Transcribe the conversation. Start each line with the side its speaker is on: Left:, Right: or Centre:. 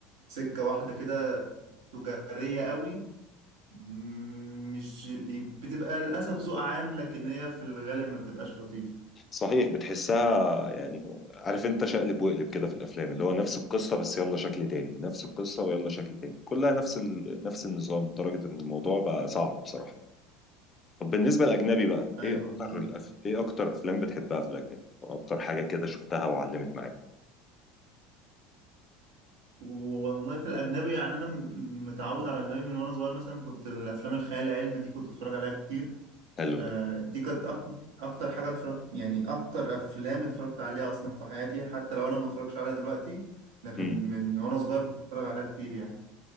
Right: سكة واحدة كده تجارية قوي م- مش بتبقى للأسف ذوق عام لكن هي في الغالب ما بتبقاش لطيفة
Left: صحيح بتحسها يعني عارف انت شقلب وقلب كده في الافلام اللي هو نفس القصه بس يلا شكل تاني نفس القصه ويلا شكل تاني كلها نفس ال... نفس النظام لدرجه ان الموضوع بقى صعب بصراحه طب بالنسبة للأجنبي بقى
Right: ايوه
Left: إيه أكتر
Right: بالظبط
Left: الأف... إيه أكتر أفلام بتحبها في الأجنبي؟ أو أكتر حاجة كده شفتها وعلمت معاك
Right: والله في الاجنبي يعني انا م- متعود على الاجنبي من وانا صغير مثلا كنت الافلام الخيال العلمي دي كنت اتفرج عليها كتير
Left: حلو
Right: آه،
Left: ده
Right: دي كانت اكتر اكتر حاجه اتفرجت يعني اكتر افلام اتفرجت عليها اصلا في حياتي حتى لو انا ما بتفرجش عليها دلوقتي لكن
Left: امم
Right: من وانا صغير كنت اتفرج عليها كتير يعني